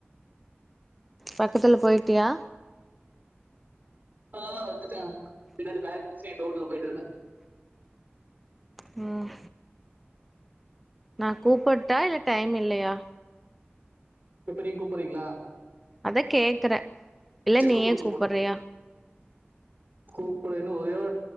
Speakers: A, in the centre; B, on the right.
A: பக்கத்துல போய்ட்டியா
B: ஆ வந்துட்ட பின்னாடி பேக் சைடு ரோட்ல போய்ட்ருக்கே
A: ம் நா கூப்புட்டா இல்ல டைம் இல்லையா
B: இப்ப நீங்க கூப்புறீங்ளா
A: அதா கேக்கற இல்ல
B: சரி
A: நீயே
B: கூப்பிடு
A: கூப்பறியா
B: கூப்புடலன்னு ஒரே ஒரு